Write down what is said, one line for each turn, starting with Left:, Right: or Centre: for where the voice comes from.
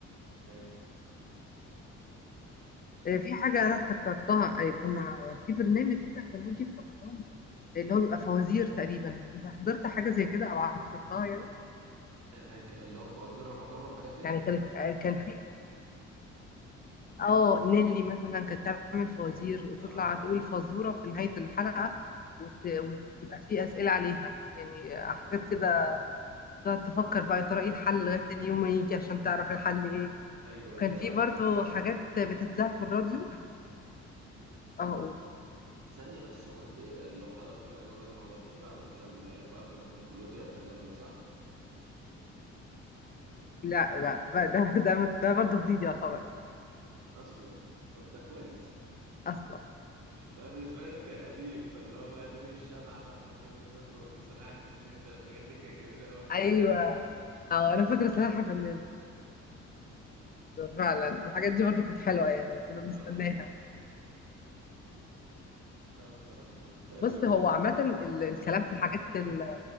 Right: إيه.
Left: آه، في حاجة أنا افتكرتها آه، كنا في برنامج كده كان يجي في رمضان آه، اللي هو بيبقى فوازير تقريبا أنت حضرت حاجة زي كده أو عصرتها يعني
Right: آه، ك- اللي هو في وزير رمضان والحاجات ديت
Left: يعني كانت آه، كان في اه نيلي مثلا كانت تعمل فوازير وتطلع
Right: اه اه
Left: تقول فزورة في نهاية الحلقة وت... ويبقى في أسئلة عليها يعني آه، حاجات
Right: اه
Left: كده تقعد تفكر بقى يا ترى ايه الحل لغاية تاني يوم ما يجي عشان تعرف الحل ايه
Right: ايوه
Left: وكان
Right: ايوه
Left: في
Right: على
Left: برضو
Right: فكرة
Left: حاجات بتتذاع في الراديو اه اقول
Right: ثانية بس هو انت اللي هو حضرت من ايام الرياضة ما حضرتيش بقى مثلا من ايام بقى قناة نيكولوديا والكلام ده صح؟
Left: لا لا بقى ده ده ده برضو جديد يعتبر
Right: اصلا طب ده كويس
Left: أصلا
Right: <laughs> بقى بالنسبة لي ده كان قديم فاللي هو بقى داني الشبح بقى وجيمي نيوترون وسلاحف النينجا الحاجات دي كانت جميلة قوي بصراحة
Left: ايوه اه انا فاكره سلاحف النينجا فعلا الحاجات دي برضو كانت حلوه يعني كنا بنستناها
Right: اه جدا لا بصراحة كانت أيام
Left: بص
Right: جميلة
Left: هو
Right: قوي
Left: عامه ال- الكلام في الحاجات ال...